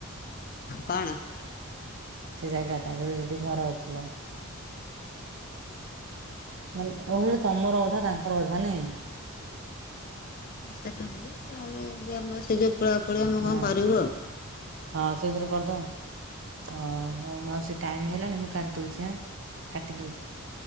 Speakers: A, on the left (about 40°); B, on the right (about 60°).
A: କଣ?
B: ସେ ଜାଗା ଟା ଯ ଯଠି ଘର ଅଛିଲା ମାନେ ଓ ସେଟା ତମର ଅଧା ତାଙ୍କର ଅଧା ନାଇଁ
A: ସେଠେଲେ ଆମର ସେ ଯୋଉ ପ ପ <unintelligible> ଆମେ
B: ହଁ
A: କଣ କରିବୁ ଆଉ
B: ହଁ ସେଇଥିରେ କରିଦଅ ଓ ହଉ ମାଉସି ଟାଇମ ହେଲାଣି ମୁଁ କାଟି ଦଉଛି ଆ କାଟି ଦଉଛି